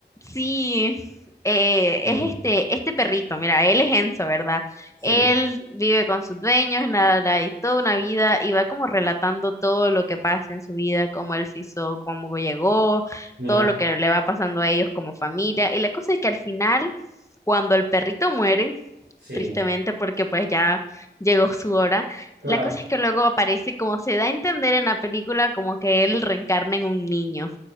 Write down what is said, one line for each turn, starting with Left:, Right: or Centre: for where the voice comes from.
Left: Sí, eh,
Right: Mm,
Left: es este, este perrito, mira, él es Enzo, ¿verdad?
Right: Sí.
Left: Él vive con sus dueños, nada, nada, y toda una vida, y va como relatando todo lo que pasa en su vida, cómo él se hizo, cómo llegó,
Right: Mira.
Left: todo lo que le va pasando a ellos como familia. Y la cosa es que al final, cuando el perrito muere,
Right: Sí,
Left: tristemente porque pues ya llegó su hora,
Right: claro.
Left: la cosa es que luego aparece como se da a entender en la película como que él reencarna en un niño.